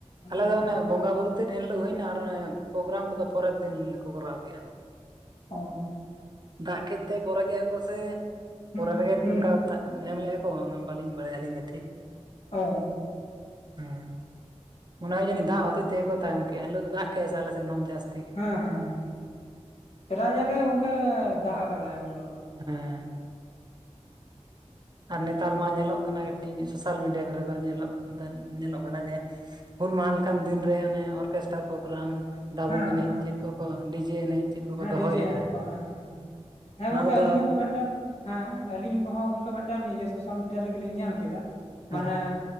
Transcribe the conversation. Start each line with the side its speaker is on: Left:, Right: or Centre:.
Right: ᱟᱞᱮ
Left: ᱚᱱᱠᱟ
Right: ᱫᱚ ᱚᱱᱮ ᱵᱚᱸᱜᱟᱼ ᱵᱩᱨᱩ ᱛᱮᱫ ᱮᱱᱦᱤᱞᱳᱜ ᱦᱩᱭᱱᱟ ᱟᱨ ᱚᱱᱮ ᱯᱨᱳᱜᱨᱟᱢ ᱠᱚᱫᱚ ᱯᱚᱨᱮᱨ ᱫᱤᱱ ᱠᱚ ᱠᱚᱨᱟᱣ ᱠᱮᱜᱼᱟ ᱾
Left: ᱚ
Right: ᱫᱟᱜ ᱠᱮᱫᱛᱮ ᱯᱚᱨᱮ ᱠᱮᱜᱼᱟ ᱠᱚ ᱥᱮ
Left: ᱦᱩᱸ
Right: ᱯᱚᱨᱮ ᱨᱮᱜᱮ
Left: ᱦᱩᱸ
Right: ᱚᱱᱠᱟ ᱫᱟ ᱮᱢ ᱞᱮᱼᱟ ᱠᱚ ᱚᱱᱟ ᱵᱟᱹᱞᱤᱧ ᱵᱟᱲᱟᱭᱟ ᱟᱹᱞᱤᱧ ᱫᱚ ᱴᱷᱤᱠ
Left: ᱚ
Right: ᱦᱮᱸ ᱚᱱᱟ ᱡᱟᱱᱤᱡ ᱫᱟᱜ
Left: ᱦᱮᱸ
Right: ᱦᱚᱛᱮᱡ ᱛᱮᱜᱮ ᱛᱟᱭᱚᱢ ᱠᱮᱫᱮᱜᱼᱟ ᱮᱱ ᱦᱤᱞᱳᱜ ᱫᱚ ᱫᱟᱜ ᱠᱮᱫᱮᱜᱼᱟ ᱥᱮ ᱟᱞᱮ ᱥᱮᱱ ᱦᱚᱸ ᱡᱟᱹᱥᱛᱤ ᱜᱮ
Left: ᱦᱮᱸ ᱦᱮᱸ ᱦᱮᱸ ᱯᱨᱟᱭ ᱡᱟᱭᱜᱟᱭ ᱚᱱᱠᱟ ᱫᱟᱜ ᱟᱠᱟᱫᱟᱭ ᱩᱱ ᱦᱤᱞᱳ ᱫᱚ
Right: ᱦᱮᱸ ᱟᱨ ᱱᱮᱛᱟᱨ ᱢᱟ ᱧᱮᱞᱚᱜ ᱠᱟᱱᱟ ᱠᱟ. ᱴᱤᱜ ᱥᱳᱥᱟᱞ ᱢᱤᱰᱤᱭᱟ ᱠᱚᱨᱮ ᱠᱚ ᱧᱮᱞᱚᱜ ᱧᱮᱞᱚᱜ ᱠᱟᱱᱟ ᱡᱮ ᱦᱩᱞ ᱢᱟᱦᱟ ᱞᱮᱠᱟᱱ ᱫᱤᱱ ᱨᱮ ᱚᱱᱮ ᱚᱨᱠᱮᱥᱴᱨᱟ ᱯᱨᱳᱜᱨᱟᱢ ᱰᱟᱵᱩᱝ
Left: ᱦᱮᱸ
Right: ᱮᱱᱮᱡ
Left: ᱦᱮᱸ
Right: ᱪᱮᱫ ᱠᱚ - ᱠᱚ ᱰᱤᱡᱮ ᱮᱱᱮᱡ ᱪᱮᱫ ᱠᱚᱠᱚ
Left: ᱦᱮᱸ
Right: ᱫᱚᱦᱚᱭᱮᱜᱼᱟ
Left: ᱰᱤᱡᱮ ᱮᱱᱮᱡ ᱠᱚ ᱦᱮᱸ ᱦᱮᱸ ᱦᱮᱸ
Right: ᱱᱚᱣᱟ
Left: ᱜᱚᱝᱠᱮ
Right: ᱠᱚᱫᱚ
Left: ᱟᱹᱞᱤᱧ ᱦᱚᱸ ᱞᱤ ᱢᱤᱫᱴᱮᱱ ᱦᱮᱸ ᱟᱹᱞᱤᱧ ᱜᱚᱦᱚᱸ ᱜᱚᱢᱠᱮ ᱢᱤᱫᱴᱮᱱ ᱥᱳᱥᱟᱞ ᱢᱤᱰᱤᱭᱟ ᱨᱮᱜᱮᱞᱤᱧ ᱧᱮᱞ ᱠᱮᱫᱟ
Right: ᱦᱮᱸ
Left: ᱢᱟᱱᱮ